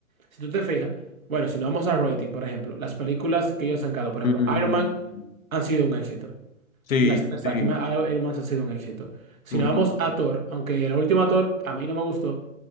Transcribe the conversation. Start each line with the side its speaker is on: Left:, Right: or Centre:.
Right: Si tú te fijas, bueno, si nos vamos a rating, por ejemplo, las películas que ellos han sacado, por ejemplo,
Left: Mm,
Right: Iron Man han sido un éxito.
Left: sí,
Right: Las tres
Left: sí.
Right: Iron Iron Man han sido un éxito. Si
Left: ujú.
Right: nos vamos a Thor, aunque la última Thor a mí no me gustó,